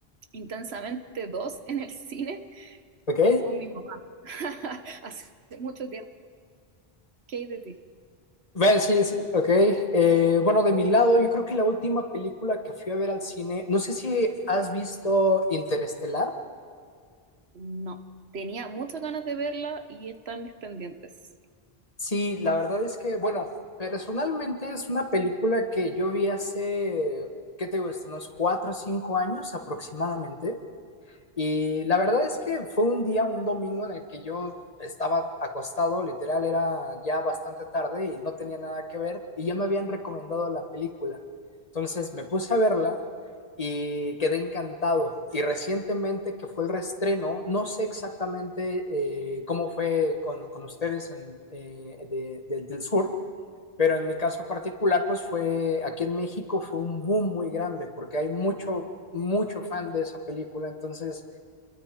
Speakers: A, on the right (about 90°); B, on the left (about 40°).
A: Intensamente dos en el cine
B: ok.
A: con mi mamá. <laughs> Hace mucho tiempo. ¿Qué hay de ti?
B: Bueno, sí, sí, ok. Eh, bueno, de mi lado, yo creo que la última película que fui a ver al cine, no sé si has visto Interestelar.
A: No, tenía muchas ganas de verla y está en mis pendientes.
B: Sí, la verdad es que, bueno, personalmente es una película que yo vi hace, ¿qué te gusta? Unos cuatro o cinco años aproximadamente. Y la verdad es que fue un día, un domingo en el que yo estaba acostado, literal, era ya bastante tarde y no tenía nada que ver y ya me habían recomendado la película. Entonces me puse a verla y quedé encantado. Y recientemente que fue el reestreno, no sé exactamente eh, cómo fue con, con ustedes en, eh, de- del- del sur, pero en mi caso particular, pues fue aquí en México fue un boom muy grande porque hay mucho, mucho fan de esa película. Entonces